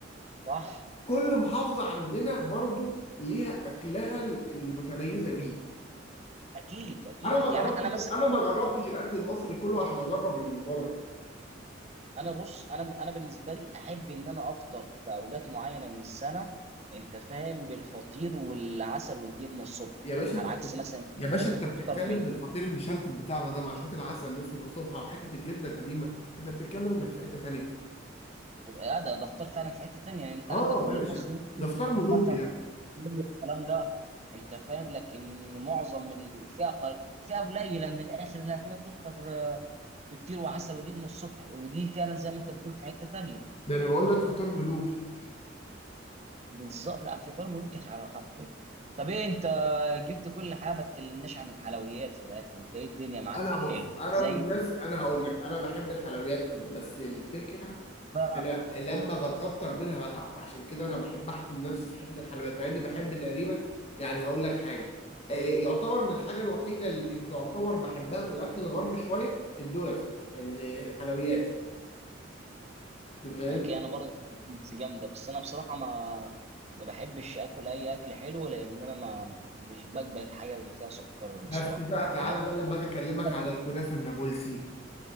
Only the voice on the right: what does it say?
صح
اكيد اكيد
يعني
انا مثلا
انا بص انا انا بالنسبه لي احب ان انا افطر في اوقات معينه من السنه انت فاهم بالفطير والعسل والجبنه الصبح
على
عكس
مثلا
تحب
تفطر
آه، ده ده فطار فعلا في حته ثانيه يعني انت
عندك كل
المصريين
مثلا
في الكلام ده انت فاهم لكن معظم ال- فئه قل- فئه قليله من الاخر اللي هتلاقيها بتفطر آه، فطير وعسل وجبنه الصبح ودي فعلا زي ما انت بتقول في حته ثانيه
بالظبط لا فطار ملوكي حر- حرفيا طب ايه انت جبت كل حاجه ما تكلمناش عن الحلويات في الاكل انت ايه الدنيا معاك
في الحلو
زي
زي
اكيد انا برضه بحب البيتزا جامده بس انا بصراحه ما ما بحبش اكل اي اكل حلو لان انا ما مش بقبل الحاجه اللي فيها سكر بصراحه
يعني
أنا-